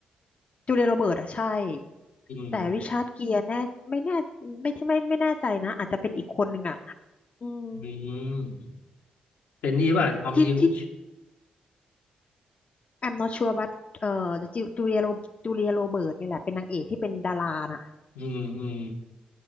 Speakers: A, on the left (about 45°); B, on the left (about 80°).
A: จูเลียโรเบิร์ตอะใช่
B: อืม
A: แต่ริชาร์ดเกียร์แน่ไม่แน่ไม่ใช่ไม่ไม่แน่ใจนะอาจจะเป็นอีกคนหนึ่งอะอืม
B: อืมเป็นนี่ป่ะทอมฮิวจ์
A: ที่ที่ I'm not sure but เอ่อจูจูเลียโรจูเลียโรเบิร์ตนี่แหละเป็นนางเอกที่เป็นดาราน่ะ
B: อืมอืม